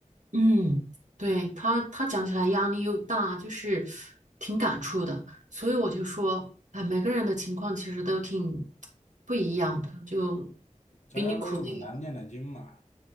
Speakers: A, on the right (about 70°); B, on the left (about 65°).
A: 嗯，对，他他讲起来压力又大，就是挺感触的。所以我就说，哎，每个人的情况其实都挺不一样的，就
B: 家家都有本难念的经嘛。
A: 比你苦的也，